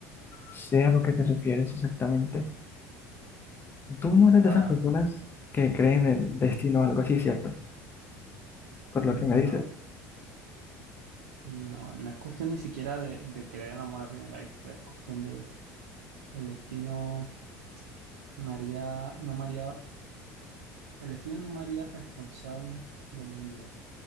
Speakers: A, on the left (about 25°); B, on the right (about 80°).
A: sé a lo que te refieres exactamente, tú no eres
B: Pero
A: de
B: ahora,
A: esas personas que creen en el destino
B: ¿qué?
A: o algo así, ¿cierto? Por
B: No,
A: lo que me dices,
B: no, no es cuestión ni siquiera de, de querer el amor a primera vista, es cuestión de el destino María, no María, el destino no María responsable de mi vida. O